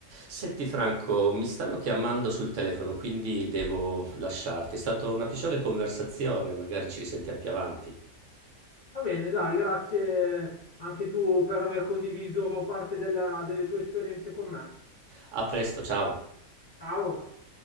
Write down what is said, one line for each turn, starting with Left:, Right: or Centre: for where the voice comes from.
Right: Senti Franco, mi stanno chiamando sul telefono, quindi devo lasciarti. È stata una piacevole conversazione, magari ci risentiamo più avanti.
Left: Va bene, dai, grazie anche tu per aver condiviso parte della- delle tue esperienze con me.
Right: A presto, ciao.
Left: Ciao.